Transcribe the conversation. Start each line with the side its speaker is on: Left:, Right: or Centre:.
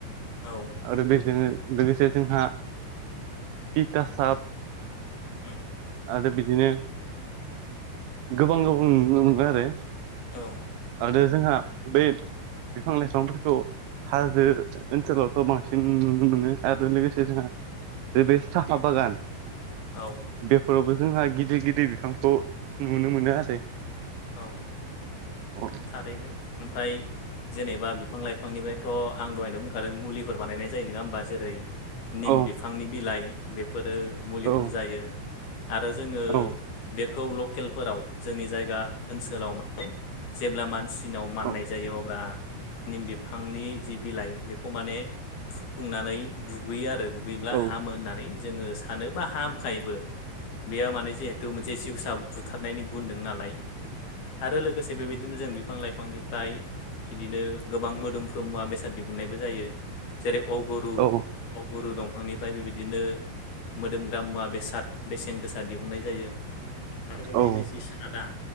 Left: औ
Right: आरो बेजों लोगोसे जोंहा तिथासाब
Left: उम
Right: आरो बिदिनो गोबां गोबां नुनो मोनबाय आरो
Left: औ
Right: आरो जोंहा बे बिफां लाइफांफोरखौ हाजो ओनसोलावथ' बांसिन नुनो मोनो आरो लोगोसे जोंहा बे साहा बागान
Left: औ
Right: बेफोरावबो जोंहा गिदिर गिदिर बिफांखौ नुनो मोनो आरो
Left: औ औ
Right: औ
Left: थारैनो ओमफ्राय जेनेबा बे बिफां लाइफांनिफ्रायथ' आं दहायनो बुंखादों मुलिफोर बानायनाय जायो नङा होमबा जेरै निम
Right: औ
Left: बिफांनि बिलाइ बेफोरो मुलिफोर
Right: औ
Left: जायो आरो जोङो
Right: औ
Left: बेखौ लकेलफोराव जोंनि जायगा ओनसोलाव माने जेब्ला मानसिनाव माननाय
Right: औ
Left: जायो अब्ला निम बिफांनि जि बिलाइ बेखौ माने फुदुंनानै दुगैयो आरो दुगैब्ला
Right: औ
Left: हामो होननानै जोङो सानो बा हामखायोबो बेयो माने जिहेथु मोनसे जिउसा बुथारनायनि गुनदों नालाय आरो लोगोसे बेबायदिनो जों बिफां लाइफांनि फ्राय बिदिनो गोबां मोदोमफ्रु मुवा बेसाद दिहुननायबो जायो जेरै अगुरु
Right: औ
Left: अगुरु दंफांनिफ्राय बेबायदिनो मोदोमग्रा मुवा बेसाद बेसेन गोसा दिहुननाय जायो आरो बेबायदिनो
Right: औ
Left: जि सादा